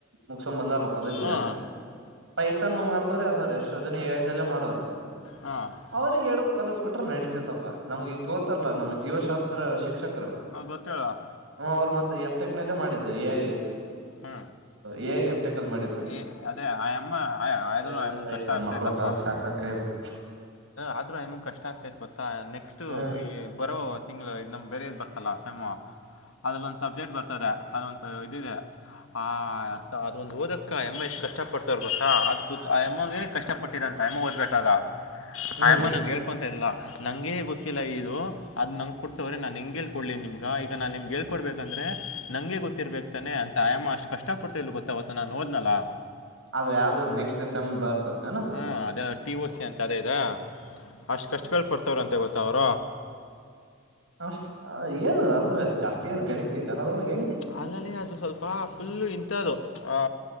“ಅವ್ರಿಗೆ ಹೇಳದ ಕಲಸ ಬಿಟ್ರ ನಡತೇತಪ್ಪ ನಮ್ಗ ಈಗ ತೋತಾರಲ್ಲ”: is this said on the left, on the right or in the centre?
Right